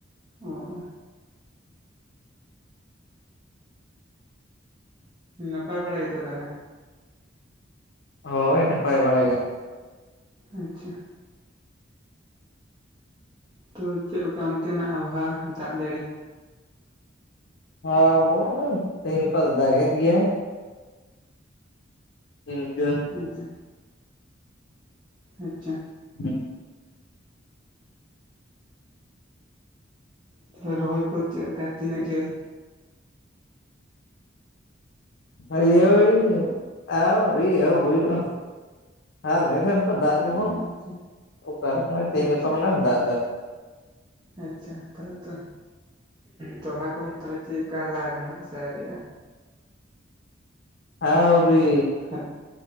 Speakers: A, on the right; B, on the left.
A: ᱚᱸ᱾ ᱱᱟᱯᱟᱭ ᱵᱟᱲᱟ ᱜᱮᱛᱚ ᱛᱟᱦᱞᱮ?
B: ᱦᱳᱭ ᱱᱟᱯᱟᱭ ᱵᱟᱲᱟ ᱜᱮ᱾
A: ᱟᱪᱪᱷᱟ᱾ ᱛᱚ ᱪᱮᱫ ᱞᱮᱠᱟ ᱚᱱᱛᱮᱱᱟᱜ ᱟᱵᱚᱦᱟᱣᱟ ᱫᱟᱜ ᱡᱟᱹᱲᱤ?
B: ᱟᱵᱚ ᱫᱚ ᱫᱟᱜ ᱮᱫ ᱜᱮᱭᱟᱭ᱾ ᱤᱱᱠᱟᱹ
A: ᱟᱪᱪᱷᱟ ᱟᱪᱪᱷᱟ᱾
B: ᱦᱮᱸ᱾
A: ᱛᱟᱦᱚᱞᱮ ᱨᱚᱦᱚᱭ ᱠᱚ ᱪᱮᱫ ᱞᱮᱠᱟ ᱛᱤᱱᱟᱹᱜ ᱡᱷᱟᱹᱞ?
B: <unintelligible> ᱟᱹᱣᱨᱤ ᱮᱦᱚᱵ ᱦᱩᱭᱩᱜᱼᱟ᱾ ᱦᱮᱸ ᱟᱞᱮ ᱥᱮᱱ ᱫᱚ ᱫᱟᱜᱽ ᱜᱮ ᱵᱟᱱᱩᱜᱽ᱾
A: ᱟᱪᱪᱷᱟ
B: ᱚᱠᱟ ᱨᱮ ᱦᱚᱜᱚᱭ ᱛᱮᱦᱮᱧ
A: ᱟᱪᱪᱷᱟ
B: ᱜᱟᱯᱟ ᱠᱷᱚᱱᱮ ᱫᱟᱜ ᱫᱟ᱾
A: ᱟᱪᱪᱷᱟ᱾ ᱛᱟᱦᱚᱞᱮ ᱛᱚ ᱛᱚᱞᱟ ᱠᱚ ᱛᱟᱦᱚᱞᱮ ᱪᱮᱫᱽᱞᱮᱠᱟ ᱦᱟᱨᱟ ᱟᱠᱟᱱᱟ ᱥᱮ ᱟᱣᱨᱤ ᱟᱜ-ᱟ?
B: ᱟᱶᱨᱤ᱾
A: ᱦᱮᱸ᱾